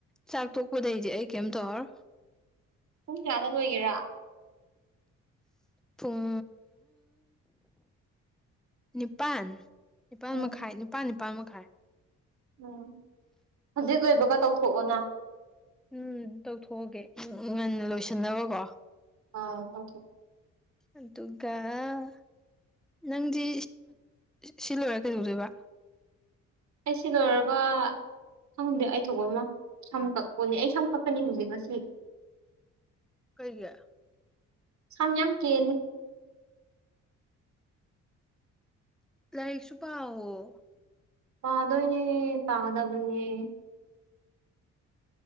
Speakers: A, in the centre; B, on the right.
A: ꯆꯥꯛ ꯇꯣꯛꯄꯗꯩꯗꯤ ꯑꯩ ꯀꯩꯝ ꯇꯧꯔ
B: ꯄꯨꯡ ꯀꯌꯥꯗ ꯂꯣꯏꯒꯦꯔꯥ
A: ꯍꯨꯡ ꯅꯤꯄꯥꯟ ꯅꯤꯄꯥꯜ
B: ꯎꯝ
A: ꯃꯈꯥꯏ ꯅꯤꯄꯥꯜ ꯅꯤꯄꯥꯜ ꯃꯈꯥꯏ
B: ꯎꯝ ꯍꯧꯖꯤꯛ ꯂꯣꯏꯕꯒ ꯇꯧꯊꯣꯛꯑꯣꯅ
A: ꯎꯝ ꯇꯧꯊꯣꯛꯑꯒꯦ ꯉꯟꯅ ꯂꯣꯏꯁꯤꯟꯅꯕꯀꯣ
B: ꯑ ꯇ
A: ꯑꯗꯨꯒꯒꯥ ꯅꯪꯗꯤ ꯁꯤ ꯂꯣꯏꯔ ꯀꯩꯗꯧꯗꯣꯏꯕ
B: ꯑꯩꯁꯤ ꯂꯣꯏꯔꯒ ꯁꯪꯗꯦ ꯑꯩ ꯊꯣꯛꯄ ꯑꯃ ꯁꯝ ꯀꯛꯄꯅꯤ ꯑꯩ ꯁꯝ ꯀꯛꯀꯅꯤ ꯍꯧꯖꯤꯛ ꯉꯁꯤ
A: ꯀꯩꯒ
B: ꯁꯝ ꯌꯥꯝ ꯀꯦꯅꯤ
A: ꯂꯥꯏꯔꯤꯛꯁꯨ ꯄꯥꯑꯣꯣ
B: ꯄꯥꯗꯣꯏꯅꯦ ꯄꯥꯒꯗꯕꯅꯦ